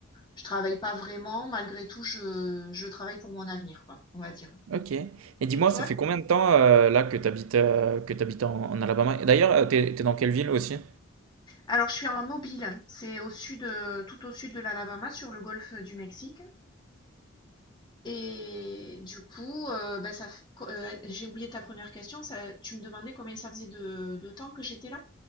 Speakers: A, on the left; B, on the right.
A: je travaille pas vraiment, malgré tout, je, je travaille pour mon avenir, quoi, on va dire.
B: Ok. Et dis-moi,
A: Et toi?
B: ça fait combien de temps euh, là que tu habites, que tu en, en Alabama? Et D'ailleurs, euh, t'es, t'es dans quelle ville aussi?
A: Alors, je suis en mobile, c'est au sud, euh, tout au sud de l'Alabama, sur le golfe du Mexique. Et du coup, euh, bah, ça, f- co- euh, j'ai oublié ta première question. Ça, tu me demandais combien ça faisait de, de temps que j'étais là?